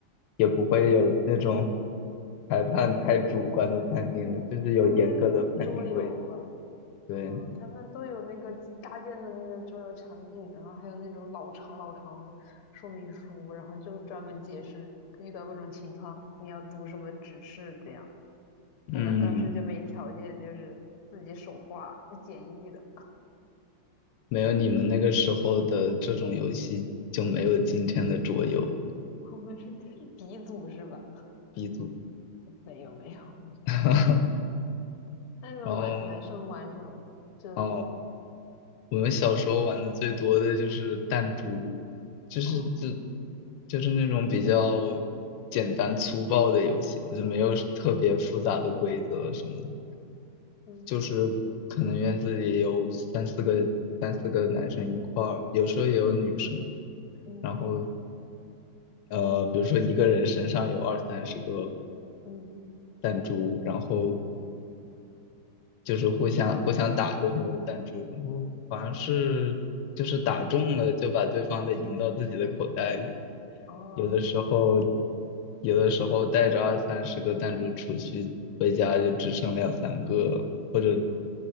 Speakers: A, on the left; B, on the left.
A: 也不会有那种裁判太主观的判定的，
B: 嗯，
A: 就是有严格的判定规则。
B: 他们是桌游了，
A: 对，
B: 嗯，他们都有那个搭建的那个桌游场景，然后还有那种老长老长的说明书，然后就专门解释遇到各种情况你要读什么指示这样。我们当时就没条件，
A: 嗯。
B: 就是自己手画简易的。
A: 没有你们那个时候的这种游戏，就没有今天的桌游
B: <laughs> 我们是鼻祖是吧？
A: B 组。
B: <laughs> 没有没有，
A: <laughs>
B: 那你们玩男生玩什么？
A: 然后
B: 就
A: 哦，我们小时候玩的最多的就是弹珠，就是就
B: 哦
A: 就是那种比较简单粗暴的游戏吧，就没有特别复杂的规则什么的。
B: 嗯
A: 就是可能院子里有三四个三四个男生一块儿，有时候也有女生。
B: 嗯
A: 然后呃，比如说一个人身上有二三十个
B: 嗯
A: 弹珠，然后
B: 嗯
A: 就是互相互相打对方的弹珠，然后好像是就是打中了就把对方的赢到自己的口袋里，
B: 哦。
A: 有的时候有的时候带着二三十个弹珠出去，回家就只剩两三个了或者